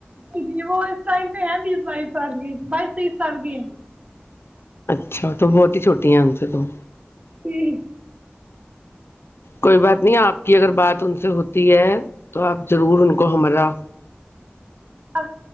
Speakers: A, on the right; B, on the left.
A: جی جی وہ اس ٹائم پہ ہے تیس بائیس سال کی بائیس تیس سال کی
B: اچھا تو بہت ہی چھوٹی ہیں ان سے تو
A: ہ <inaudible>
B: کوئی بات نہیں آپ کی اگر بات ان سے ہوتی ہے تو آپ ضرور ان کو ہمارا
A: ا